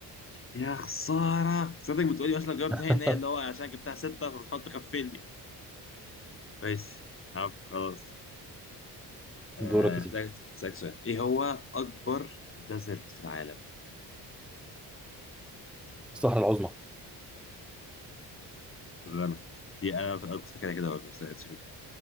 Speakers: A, on the left; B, in the centre.
A: يا خسارة صدق بتقولي مثلا جواب نهائي
B: <laughs>
A: نهائي اللي هو عشان جبتها ستة فبتحط تغفلني ماشي عب خلاص آه،
B: دورك يا سيدي
A: هسألك هسألك سؤال ايه هو أكبر ديزرت في العالم؟
B: الصحراء العظمى
A: غلط دي أنا أنا كنت فاكرها كده برضه بس ما لقيتش كده